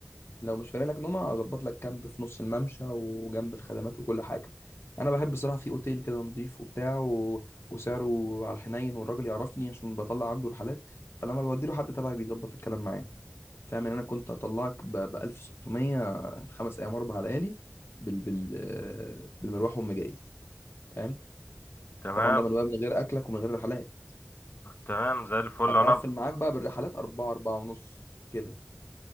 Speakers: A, on the left; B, on the left.
A: لو مش فارق لك نومه اظبط لك كامب في نص الممشى وجنب الخدمات وكل حاجه انا بحب الصراحه في اوتيل كده نضيف وبتاع و... وسعره على الحنين والراجل يعرفني عشان بطلع عنده رحلات فلما بودي له حد تبعي بيظبط الكلام معاه فاهم ان انا كنت هطلعك ب ب 1600 خمس ايام اربع ليالي بال... بال... بالمروح وام جاي فاهم
B: تمام
A: طبعا ده من من غير اكلك ومن غير رحلات
B: تمام زي الفل
A: هتقفل
B: انا
A: معاك بقى بالرحلات أربعة أربعة ونص كده